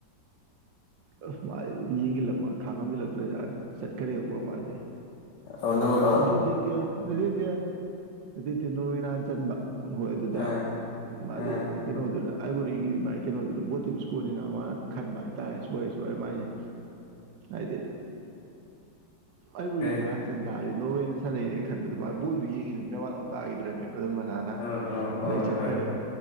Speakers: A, on the right (about 85°); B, on the left (about 75°).
A: ꯑ ꯃꯥ ꯌꯦꯡꯒꯤꯜꯂꯝ ꯃꯥ ꯈꯥꯡꯉꯝꯕꯤꯜꯂꯛꯇ꯭ꯔꯖꯠꯅꯦ ꯆꯠꯈꯔꯦꯕꯀꯣ ꯃꯥꯁꯦ
B: ꯅ
A: ꯑꯗꯨꯗꯤꯦ ꯑꯗꯨꯗꯦ ꯑꯗꯨ ꯅꯣꯔꯃ ꯍꯥꯟ ꯆꯟꯕ ꯍꯣꯏ ꯑꯗꯨꯗ
B: ꯑꯥ
A: ꯃꯥꯗꯤ
B: ꯑꯥ
A: ꯀꯩꯅꯣꯗꯨꯔ ꯑꯩꯕꯔꯤꯒꯤ ꯃꯥ ꯀꯩꯅꯣꯗꯨꯔ ꯕꯣꯇꯤꯁ ꯀꯣꯟꯅꯤꯅ ꯃꯥꯅ ꯈꯟꯕ ꯍꯥꯏ ꯇꯥꯔꯦ ꯁꯣꯏꯔꯦ ꯁꯣꯏꯔꯦ ꯃꯥꯏꯁꯦ ꯍꯥꯏꯗꯤ ꯑꯩ ꯎꯔꯤꯗꯨ
B: ꯑ
A: ꯅꯍꯥꯟ ꯆꯟ ꯇꯥꯔꯦ ꯅꯣꯔꯋꯦꯅ ꯁꯥꯟꯅꯩꯅꯦ ꯑꯩ ꯈꯟꯕꯗꯨ ꯃꯥꯒꯤ ꯕꯣꯟꯗꯨ ꯌꯦꯡꯤ ꯑꯗꯨ ꯃꯃꯨꯛ ꯇꯥꯈꯤꯗ꯭ꯔꯃꯦꯕ ꯑꯗꯨꯝ ꯃꯁꯥꯅ
B: ꯑ ꯑꯣ
A: ꯑꯗꯩ ꯆꯠꯈꯔꯦ
B: ꯍꯣꯏ